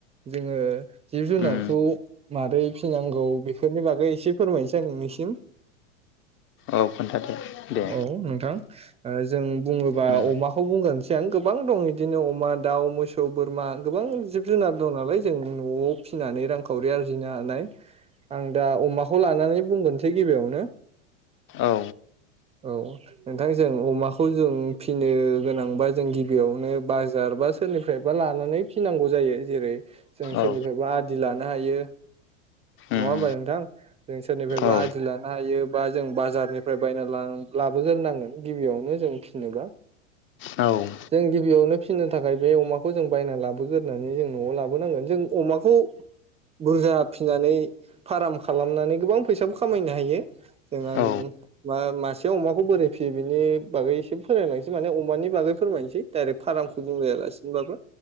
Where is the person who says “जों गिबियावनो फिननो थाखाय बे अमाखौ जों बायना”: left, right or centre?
Right